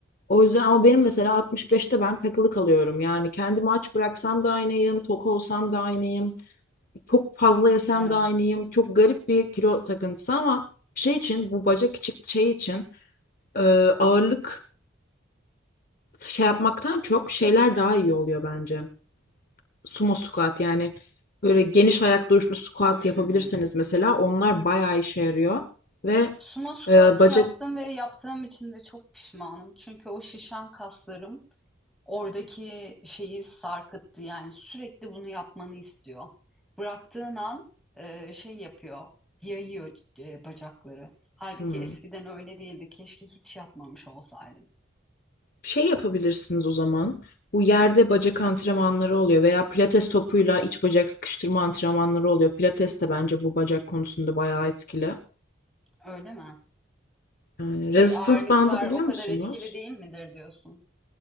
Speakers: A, on the left; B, in the centre.
A: O yüzden ama benim mesela 65'te ben takılı kalıyorum. Yani kendimi aç bıraksam da aynıyım, tok olsam da aynıyım, çok fazla yesem
B: Evet.
A: de aynıyım. Çok garip bir kilo takıntısı ama şey için bu bacak içi şey için e, ağırlık şey yapmaktan çok şeyler daha iyi oluyor bence sumo squat yani böyle geniş ayak duruşlu squat
B: Hmm.
A: yapabilirseniz mesela onlar bayağı işe yarıyor. Ve
B: Sumo squat
A: e, bacak
B: yaptım ve yaptığım için de çok pişmanım. Çünkü o şişen kaslarım oradaki şeyi sarkıttı. Yani sürekli bunu yapmanı istiyor. Bıraktığın an e, şey yapıyor, yayıyor e, bacakları. Halbuki
A: hmm,
B: eskiden öyle değildi. Keşke hiç yapmamış olsaydım.
A: şey yapabilirsiniz o zaman. Bu yerde bacak antrenmanları oluyor veya pilates topuyla iç bacak sıkıştırma antrenmanları oluyor. Pilates de bence bu bacak konusunda bayağı etkili.
B: Öyle mi?
A: Yani
B: Şey
A: resistance
B: ağırlıklar
A: bandı biliyor
B: o kadar
A: musunuz?
B: etkili değil midir diyorsun?